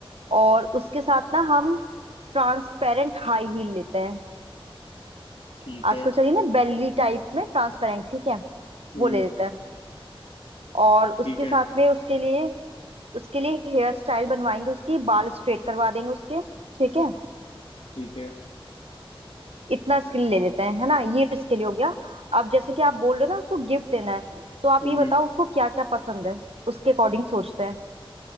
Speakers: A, on the right (about 85°); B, on the left (about 70°).
A: और उसके साथ ना हम ट्रांसपेरेंट हाई हील लेते हैं
B: ठीक
A: आजकल
B: है
A: चलिए ना बेली टाइप में ट्रांसपेरेंट ठीक है
B: हम्म
A: वो ले लेते हैं और
B: ठीक
A: उसके
B: है
A: साथ में उसके लिए उसके लिए हेयर स्टाइल बनवाएंगे उसकी बाल स्ट्रेट करवा देंगे उसके ठीक है
B: ठीक है
A: इतना इसके लिए ले लेते हैं है ना ये इसके लिए हो गया अब जैसे कि आप बोल रहे हो ना उसको गिफ्ट देना है तो आप
B: हम्म
A: ये बताओ उसको क्या क्या पसंद है उसके अकॉर्डिंग सोचते हैं